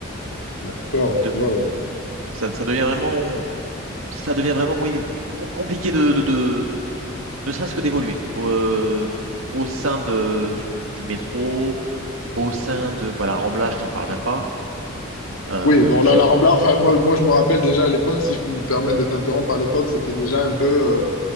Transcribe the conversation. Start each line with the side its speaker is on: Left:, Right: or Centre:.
Left: D'accord,
Right: De moins,
Left: waouh.
Right: ça, ça devient vraiment, ça devient vraiment, oui, com- compliqué de, ne serait-ce que d'évoluer euh, au sein de, du, du métro, au sein de bah, la Rambla, je t'en parle même pas. Euh,
Left: Oui, bon
Right: c'est,
Left: là, la Rambla, enfin moi, moi je me rappelle déjà à l'époque, si je peux me permettre de t'interrompre, à l'époque c'était déjà un peu. euh,